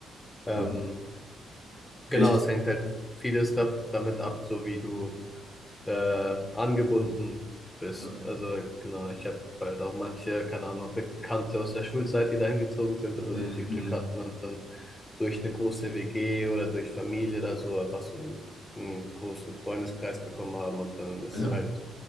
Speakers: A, on the left (about 15°); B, on the left (about 80°).
A: Ähm,
B: Ja,
A: genau,
B: echt.
A: es hängt halt vieles da, damit ab, so wie du äh, angebunden bist.
B: Ja.
A: Also genau, ich habe halt auch manche, keine Ahnung, Bekannte aus der Schulzeit, die dahin gezogen sind und irgendwie
B: Mhm.
A: Glück hatten und dann durch eine große WG oder durch Familie oder so einfach so einen, einen großen Freundeskreis bekommen haben und dann ist
B: Ja,
A: halt